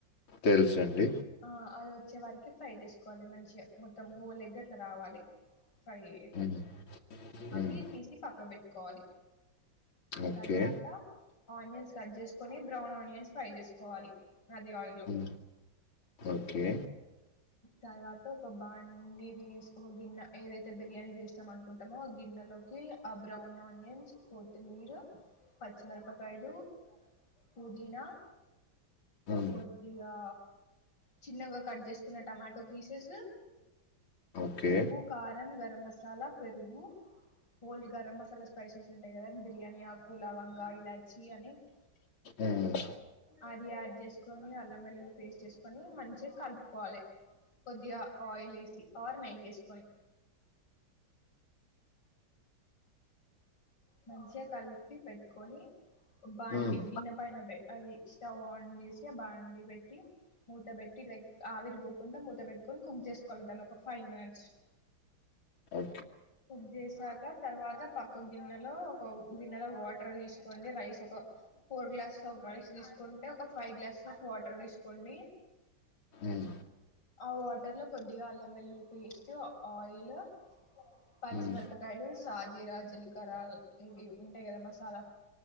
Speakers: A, on the left; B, on the left.
A: తెల్సిండి.
B: ఆ అది వచ్చే వారికి ఫ్రై చేసుకోవాలి మంచిగా మొత్తం హోల్ ఎగ్ అట్ల రావాలి. ఫ్రై అయ్యేటట్టు
A: ఉమ్,
B: అవి
A: ఉమ్,
B: తీసి పక్కక్ పెట్ కోవాలి.
A: ఓకే
B: తర్వాత ఆనియన్స్ కట్ చేస్కొని బ్రౌన్ ఆనియన్స్ ఫ్రై చేస్కోవాలి అదే ఆయిల్లో
A: ఉమ్, ఓకే
B: తర్వాత ఒక బాడి తీస్ ఒక గిన్నె ఏదైతే బిర్యానీ చేస్తాం అనుకుంటామో ఆ గిన్నెలోకి ఆ బ్రౌన్ ఆనియన్స్ కొత్తిమీర పచ్చిమిరపకాయలు పుదీనా
A: ఉమ్,
B: కొదిగా చిన్నగా కట్ చేస్ కున్న టమాటో పీసెస్
A: ఓకే
B: ఉప్పు కారం గరం మసాల మసాలా పెరుగు హోల్ గరం మసాలా స్పైసెస్ ఉంటాయి కదండి బిర్యానీ ఆకు లవంగా ఇలాచి అని <inaudible>
A: ఉమ్,
B: అది యాడ్ చేసుకొని అల్లం వెల్లుల్లి పేస్ట్ చేసుకొని మంచిగా కలుపు వలె కొద్దిగా ఆయిల్ వేసి ఆర్ నెయ్యేసుకొని మంచిగా కలిపి పెట్ కొనీ బాండి
A: ఉమ్,
B: గిన్నె పైన అది స్టవ్ ఆన్ చేసి ఆ బాండీ పెట్టి మూత పెట్టి లైక్ ఆవిరి పోకుండా మూత పెట్టుకొని కుక్ చేసుకోవాలి దాన్ని ఒక ఫైవ్ మినిట్స్
A: ఓ
B: కుక్ చేసాక తర్వాత పక్క ఒక గిన్నెలో ఒక గిన్నెలో వాటర్ తీసుకోండి రైస్ ఒక ఫోర్ గ్లాస్ ఆఫ్ రైస్ తీసుకుంటే ఒక ఫైవ్ గ్లాస్ ఆఫ్ వాటర్ తీసుకోండి
A: ఉమ్,
B: అవు అ బట్టర్లో కొద్దిగా అల్లం వెల్లుల్లి పేస్ట్ ఆయిల్ పచ్చిమిరపకాయలు
A: ఉమ్,
B: సాజీరా జీలకరలు ఇవి ఉంటాయి కదా మసాలా